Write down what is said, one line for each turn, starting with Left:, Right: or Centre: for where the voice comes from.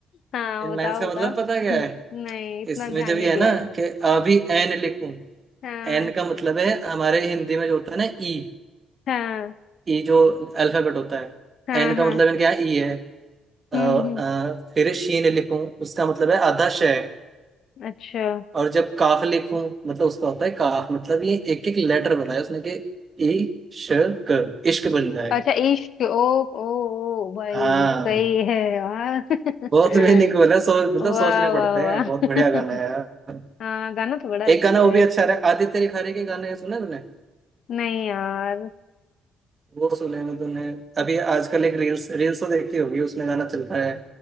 Left: हाँ
Right: इनलाइंस
Left: बताओ
Right: का
Left: बताओ
Right: मतलब पता क्या है
Left: नहीं इतना
Right: इसमें
Left: ध्यान
Right: जब
Left: नहीं
Right: ये
Left: दिया
Right: है ना
Left: यार
Right: कि अभी एन लिखूं
Left: हाँ
Right: एन का मतलब है हमारे हिंदी में जो होता है ना ई
Left: हाँ
Right: ई जो अल्फाबेट होता है
Left: हाँ
Right: एन
Left: हाँ
Right: का मतलब है क्या ई है अ,
Left: हम्म
Right: अ,
Left: हम्म
Right: फिर शीन लिखूं उसका मतलब है आधा श है
Left: अच्छा
Right: और जब काफ लिखूं मतलब उसका होता है काफ मतलब ये एक एक लेटर बनाया उसने कि ई श क इश्क बन जाए
Left: अच्छा इश्क ओ ओ ओ, भाई
Right: हाँ
Left: सही है यार <laughs>
Right: बहुत मीनिंग बोला सो मतलब
Left: वाह
Right: सोचने
Left: वाह
Right: पड़ते
Left: वाह
Right: हैं बहुत
Left: <laughs>
Right: बढ़िया गाना है यार
Left: हाँ गाना तो बड़ा
Right: एक
Left: अच्छा
Right: गाना
Left: है
Right: वो भी अच्छा रहा आदित्य रिखारे के गाने सुने तूने
Left: नहीं यार
Right: वो सुने मैं तूने अभी आजकल एक रील्स रील्स तो देखती होगी उसमें गाना चल रहा है